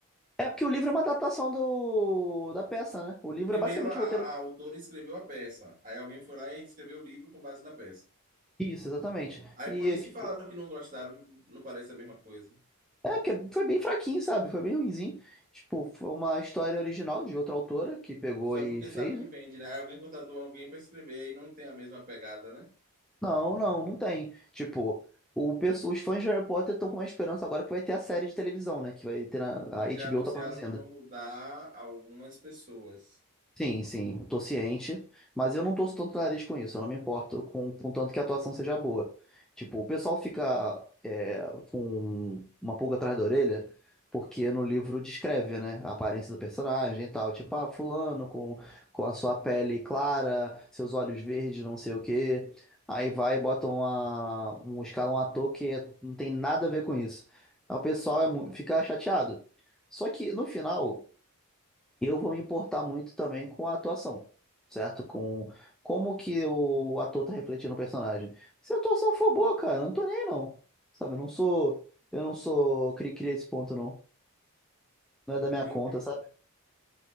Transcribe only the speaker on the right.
Primeiro,
a, a
autora escreveu a peça. Aí alguém foi lá e escreveu o livro com base na peça.
Aí
por
isso
que falaram que não gostaram, que não parece a mesma coisa.
Só
porque
sabe que
vende, né? Aí alguém contratou alguém para escrever e não tem a mesma pegada, né?
Mas
já anunciaram
que vão mudar algumas pessoas.
Entendo.